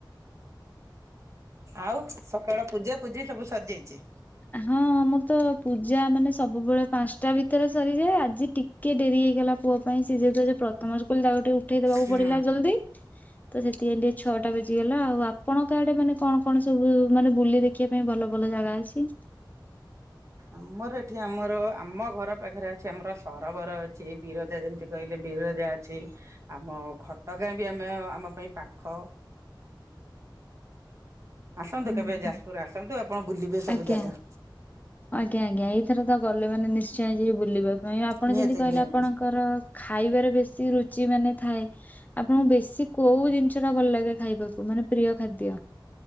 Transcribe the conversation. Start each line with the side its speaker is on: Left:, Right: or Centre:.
Right: ଆଉ ସକାଳ ପୂଜା ପୂଜି ସବୁ ସର୍ଯାଇଚି।
Left: ଆ ହଁ ମୁଁ ତ ପୂଜା ମାନେ ସବୁବେଳେ ପାସ୍ ଟା ଭିତରେ ସରିଯାଏ। ଆଜି ଟିକେ ଡେରି ହେଇଗଲା ପୁଅ ପାଇଁ ସିଏ ଯେହେତୁ ଆଜି ପ୍ରଥମ ସ୍କୁଲ ତାକୁ ଟିକେ ଉ ଠେଇଦବାକୁ
Right: ହୁଁ।
Left: ପଡିଲା ଜଲ୍ଦି। ତ ସେଥିଇଁ ଟିକେ ଛଅଟା ବଜିଗଲା ଆଉ ଆପଣଙ୍କ କାଆଡେ ମାନେ କଣ କଣ ସବୁ ମାନେ ବୁଲି ଦେ ଖିଆ ପାଇଁ ବଲ ବଲ ଜାଗା ଅଛି।
Right: ଆମର ଏଠି ଆମର ଆମ ଘର ପାଖରେ ଅଛି ଆମର ସରବରଅ ଛି ବିରଜା ଯେମତି କହିଲେ ବିରଜା ଅଛି। ଆମ ଘ ତ କାହିଁକି ଆମେ ଆମ ପାଇଁ ପାଖ ଆସନ୍ତୁ
Left: ହୁଁ
Right: କେବେ ଯାଜପୁର ଆସନ୍ତୁ ଆପଣ ବୁଲିବେ ସବୁ
Left: ଆଜ୍ଞା।
Right: ଜାଗା?
Left: ଆଜ୍ଞା ଆଜ୍ଞା ଏଇଥର ତ ଗଲେ ମାନେ ନିଶ୍ଚୟ ଯିବି ବୁଲିବା ପାଇଁ ଆପଣ
Right: ନିହାତି
Left: ଯେମିତି କହିଲେ
Right: ନିହାତି।
Left: ଆପଣଙ୍କର ଖାଇବାରେ ବେଶୀ ରୁଚି ମାନେ ଥାଏ ଆପଣଙ୍କୁ ବେଶୀ କୋଉ ଜିନିଷ ଟା ଭଲ ଲାଗେ ଖାଇବାକୁ ମାନେ ପ୍ରିୟ ଖାଦ୍ୟ।